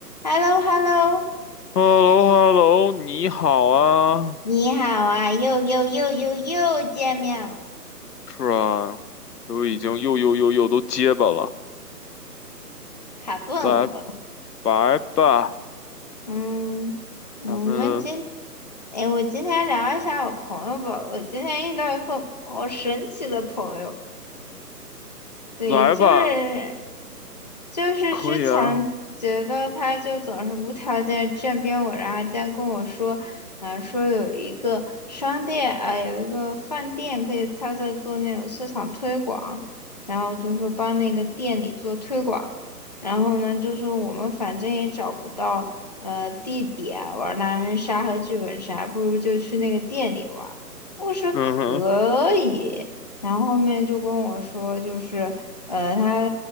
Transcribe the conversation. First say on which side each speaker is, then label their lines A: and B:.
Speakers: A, on the left; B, on the left.
A: h e l l o h e l l o
B: h e l l o h e l l o 你好啊，
A: 你好啊，又又又又又见面了，
B: 是啊，都已经又又又又都结巴了，
A: 卡顿了都。
B: 来来吧，
A: 嗯，我们今，
B: 咱们
A: 哎，我今天聊一下我朋友吧。我今天遇到一个好神奇的朋友，对，
B: 来吧，
A: 就是就是之前觉得他就总是无条件站边我，
B: 可以啊，
A: 然后今在跟我说，啊、说有一个商店啊、有一个饭店可以，他在做那种市场推广，然后就说帮那个店里做推广，然后呢，就说我们反正也找不到呃地点玩狼人杀和剧本杀，不如就去那个店里玩。我说可以。
B: 嗯哼，
A: 然后后面就跟我说，就是。呃，他